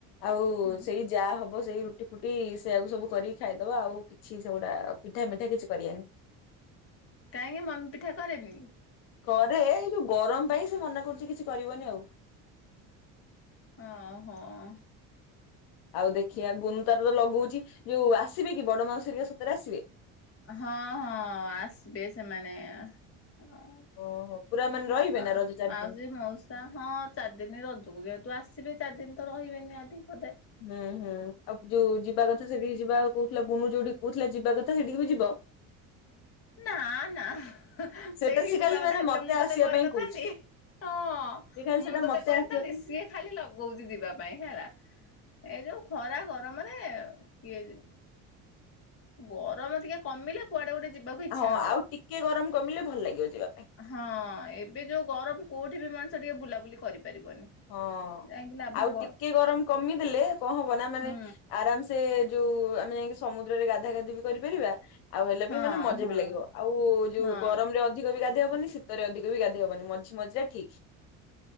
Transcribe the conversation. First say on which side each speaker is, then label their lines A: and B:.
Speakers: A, on the left; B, on the left.
A: ଆଉ
B: ହୁଁ
A: ସେଇ ଯାହା ହବ ସେଇ ରୁଟି ଫୁଟି ସେଇଆକୁ ସବୁ କରିକି ଖାଇ ଦେବା ଆଉ। କିଛି ସେଗୁଡା ପିଠା ମିଠା କିଛି କରିଆନି।
B: କାହିଁକି ମମି ପିଠା କରେନି?
A: କରେ ଏଇ ଯଉ ଗରମ ପାଇଁ ସେ ମନା କରୁଚି କିଛି କରିବନି ଆଉ।
B: ହଁ ହଁ ଅଁ।
A: ଆଉ ଦେଖୀଆ ଗୁନୁ ତାର ତ ଲଗଉଚି ଯୋଉ ଆସିବେକି ବଡ ମାଉସି ହେରିକା ସତରେ ଆସିବେ।
B: ହଁ ହଁ ଆସିବେ ସେମାନେ ଅଁ।
A: ଓହୋ ପୁରା ମାନେ ରହିବେ
B: ମାଉ
A: ନା ରଜ ଚାରି
B: ମାଉସୀ
A: ଦିନ
B: ମଉସ ସା ହଁ ଚାରି ଦିନ ରଜକୁ ଯେହେତୁ ଆସିବେ ଚାରି ଦିନ ତ ରହିବେ ନିହାତି ବୋଧେ।
A: ହୁଁ ହୁଁ ଆଉ ଯୋଉ ଯିବା କଥା ସେଠିକି ଯିବା ଆଉ କହୁଥିଲା ବୁନୁ ଯଉଠିକି କହୁଥିଲା ଯିବା କଥା ସେଠିକି ବି ଯିବ?
B: ନା ନା ସେଇଠିକି
A: ସେଟା ସେ
B: ଯିବା
A: ଖାଲି
B: କଥା
A: ମାନେ
B: ହେଇଥିଲେ
A: ମତେ
B: ମୁଁ ତତେ
A: ଆସିବା
B: କହିନଥାନ୍ତି।
A: ପାଇଁ କହୁଛି
B: ହଁ
A: ସେ ଖାଲି
B: ମୁଁ
A: ସେଟା
B: ତତେ
A: ମତେ
B: କହିନଥାନ୍ତି
A: ଆସିବା ପାଇଁ
B: ସିଏ ଖାଲି ଲଗଉଚି ଯିବା ପାଇଁ ହେଲା ଏ ଯଉ ଖରା ଗରମରେ କିଏ ଯିବ। ଗରମ ଟିକେ କମିଲେ କୁଆଡେ ଗୋଟେ ଯିବାକୁ ଇଚ୍ଛା
A: ହଁ
B: ହବ।
A: ଆଉ ଟିକେ ଗରମ କମିଲେ ଭଲ ଲାଗିବ ଯିବା ପାଇଁ।
B: ହଁ ଏବେ ଯଉ ଗରମ କଉଠି ବି ମଣିଷ ଟିକେ ବୁଲାବୁଲି କରିପାରିବନି।
A: ହଁ
B: ଯାଇକି ଲାଭ
A: ଆଉ
B: କଣ?
A: ଟିକେ ଗରମ କମିଦେଲେ କଣ ହବ ନା ମାନେ
B: ହୁଁ
A: ଆରାମ ସ ସେ ଯଉ ଆମେ ଯାଇକି ସମୁଦ୍ରରେ ଗାଧା ଗାଧି ବି କରିପାରିବା ଆଉ ହେଲେ
B: ହଁ
A: ବି ମାନେ ମଜା
B: ହଁ
A: ବି ଲାଗିବ ଆଉ ଯଉ
B: ହଁ।
A: ଗରମରେ ଅଧିକ ବି ଗାଧେଇ ହବନି ସି ତରେ ଅଧିକ ବି ଗାଧେଇ ହବନି ମଝି ମଝିଆ ଠିକ୍।